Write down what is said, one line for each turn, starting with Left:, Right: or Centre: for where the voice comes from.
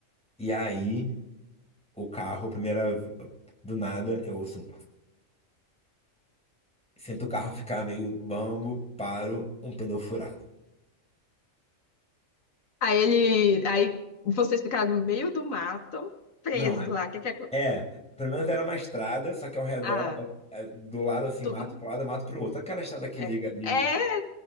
Centre: E aí, o carro, primeira, v- do nada, eu ouço, um- sinto o carro ficar meio bambo, paro, um pneu furado.
Left: Aí ele. Aí vocês ficaram no meio do mato, presos
Centre: Não, é.
Left: lá. Que que é... co-
Centre: É, pelo menos era uma estrada, só que ao redor,
Left: Ah,
Centre: é, é, do lado assim,
Left: tudo.
Centre: mato para um lado, mato para o outro. Aquela estrada que
Left: É.
Centre: liga ali,
Left: É,